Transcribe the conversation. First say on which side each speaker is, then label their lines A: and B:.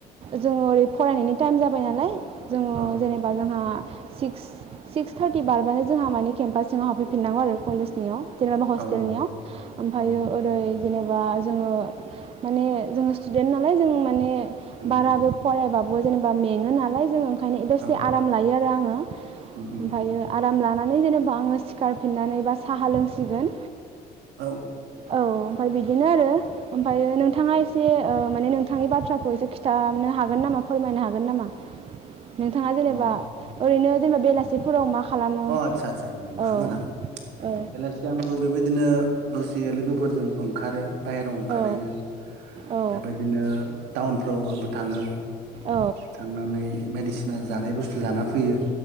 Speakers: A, on the right; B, on the right.
A: जोङो ओरै फरायनायनि टाइम जाबाय नालाय जोङो
B: औ
A: जेनेबा जोंहा सिक्स सिक्स थार्टि बारबानो जोंहा माने केम्पासजों हाबफैफिननांगौ आरो कलेजनियाव। जेनेबा हस्टेलनिया
B: औ
A: ओमफ्रायो
B: औ
A: ओरै जेनेबा जोङो माने जोङो स्टुदेन्ट नालाय जों माने
B: उम
A: बाराबो फरायबाबो जेनेबा मेङो नालाय <unintelligible> ओंखायनो दसे
B: औ
A: आराम लायो आरो आङो ना ओमफ्रायो
B: उम उम
A: आरो आराम लानानै जेनेबा आङो सिखारफिननानै बा साहा लोंसिगोन।
B: औ।
A: औ ओमफ्राय बिदिनो आरो ओमफ्रायो नोंथाङा एसे ओ माने नोंथाङा बाथ्राखौ एसे खिन्थानो हागोन नामा फोरमायनो हागोन नामा? नोंथाङा
B: अ
A: जेनेबा ओरैनो जेनबा बेलासिफोराव मा खालामो
B: अ आतसा आतसा
A: औ
B: हागोन हागोन
A: औ
B: बेलासिया आंखौ बेबायदि बिदिनो दसे लोगोफोरजों ओंखारो बाहेरायाव ओंखारहैयो
A: औ औ
B: बेबायदिनो टाउनफ्राव आंबो थाङो
A: औ
B: थांनानै बायदिसिना जानाय बुस थु जाना फैयो।